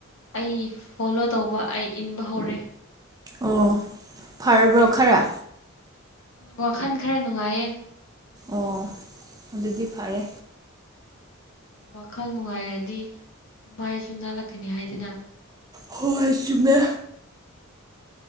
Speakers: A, on the left; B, on the right.
A: ꯑꯩ ꯐꯣꯂꯣ ꯇꯧꯕ ꯑꯩ ꯏꯟꯕ ꯍꯧꯔꯦ
B: ꯑꯣ ꯐꯔꯕ꯭ꯔꯣ ꯈꯔ
A: ꯎ ꯋꯥꯈꯜ ꯈꯔ ꯅꯨꯡꯉꯥꯏꯌꯦ
B: ꯑꯣ ꯑꯗꯨꯗꯤ ꯐꯔꯦ
A: ꯋꯥꯈꯜ ꯅꯨꯡꯉꯥꯏꯔꯗꯤ ꯃꯥꯏꯁꯨ ꯅꯥꯜꯂꯛꯀꯅꯤ ꯍꯥꯏꯗꯅ
B: ꯍꯣꯏ ꯆꯨꯝꯃꯦ